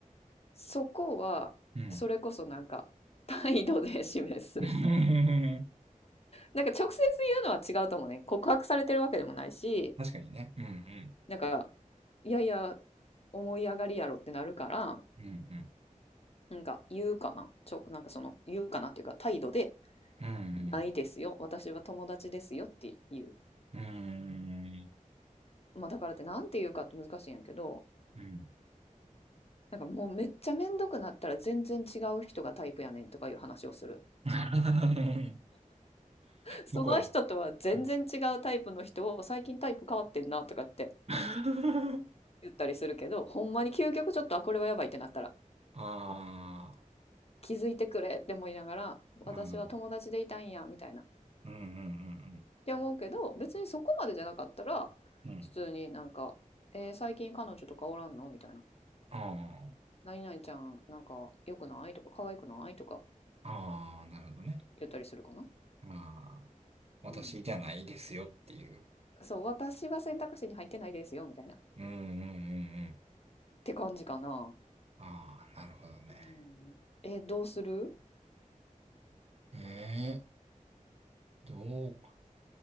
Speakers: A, on the left; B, on the right.
A: そこは、
B: うん。
A: それこそなんか、態度で示す。
B: <laughs>
A: <laughs> なんか直接言うのは違うと思うね。告白されてるわけでもないし、
B: 確かにね。うん、う
A: なんか、いやいや、思い上がりやろってなるから、
B: ん、うん、
A: なんか言うかな。ちょ、なんかその、言うかなっていうか、態度で、
B: うん、
A: ないですよ。私は友達ですよっていう。
B: うん、うん、
A: まあだからってなんて言うかって難しいんやけど、
B: うん。
A: なんかもうめっちゃめんどくなったら全然違う人がタイプやねんとかいう話をする。
B: <laughs> うん
A: その人とは全然違うタイプの人を最近タイプ変わってんなとかって
B: 向こうも。うん <laughs>
A: 言ったりするけどほんまに究極ちょっとあこれはやばいってなったら
B: あ
A: 気づいてくれって思いながら私は友達でいたんやみたいなっ
B: あ、うん、うん、うん、うん、
A: て思うけど別にそこまでじゃなかったら普通になんか「えー最近彼女とかおらんの?」みたいな
B: うん。うんああ。
A: 「何々ちゃんなんか良くない?」とか「可愛くない?」とか
B: ああ、なるほどね。
A: 言ったりするかな。
B: ああ、私じゃないですよっていう。
A: うん、そう私は選択肢に入ってないですよみたいなっ
B: うんうんうんうん。
A: て感じかな。
B: ああ、なるほどね。
A: うん、えーどうする
B: ええ、どう、